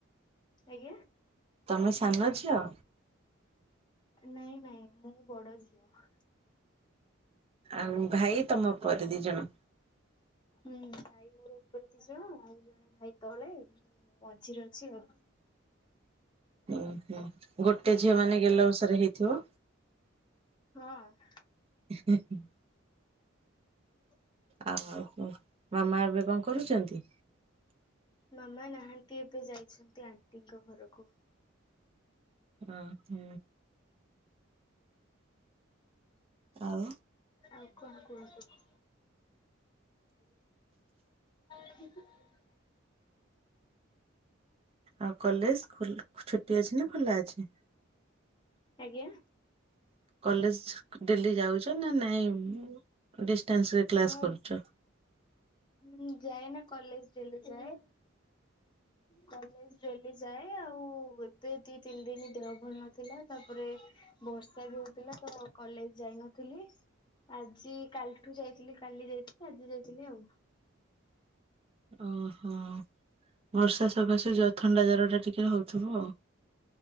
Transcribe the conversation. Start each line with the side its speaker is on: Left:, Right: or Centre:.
Left: ଆଜ୍ଞା
Right: ତମେ ସାନ ଝିଅ?
Left: ନାଇଁ ନାଇଁ ମୁଁ ବଡ଼ ଝିଅ।
Right: ଆଉ ଭାଇ ତମ ପରେ ଦି ଜଣ
Left: ହୁଁ ଭାଇ ମୋର ଓପରେ ଦି ଜଣ ଆଉ ଜଣେ ଭାଇ ତଳେ ମୁଁ ମଝିରେ ଅଛି ଆଉ।
Right: ଓହୋ ଗୋଟେ ଝିଅ ମାନେ ଗେଲ ବଷର ହେଇଥିବ।
Left: ହଁ।
Right: <unintelligible>
Left: <inaudible>
Right: ଆଉ କୁଅ। ମାମା ଏବେ କଣ କରୁଛନ୍ତି?
Left: ମାମା ନାହାନ୍ତି ଏବେ ଯାଇଛନ୍ତି ଆଣ୍ଟିଙ୍କ ଘରକୁ।
Right: ଅ ହ। ଆଉ
Left: ଆଉ କଣ କୁହନ୍ତୁ? <unintelligible>
Right: ଆଉ କଲେଜ୍ ଖୋଲ୍ ଛୁଟି ଅଛି ନା ଖୋଲା ଅଛି?
Left: ଆଜ୍ଞା।
Right: କଲେଜ୍ ଡେଲି ଯାଉଚ ନା ନାଇଁ ଡିଷ୍ଟାନ୍ସରେ କ୍ଲାସ
Left: ହଁ
Right: କରୁଚ?
Left: ହୁଁ ଯାଏ ନା କଲେଜ ଡେଲି ଯାଏ କଲେଜ ଡେଲି ଯାଏ। ବେ ଆଉ ଏବେ ଦି ତିନି ଦିନି ଦେହ ଭଲ ନଥିଲା ତାପରେ ବର୍ଷା ବି ହଉଥିଲା ତ କଲେଜ ଯାଇନୁ। ଥିଲ ଆଜି କାଲିଠୁ ଯାଇଥିଲି କାଲି ଯାଇଥିଲି ଆଜି ଯାଇଥିଲି ଆଉ।
Right: ଓହୋ ବର୍ଷା ସକାଶେ ଜ ଥଣ୍ଡା ଜର ଟା ଟିକେ ହଉଥିବ ଆଉ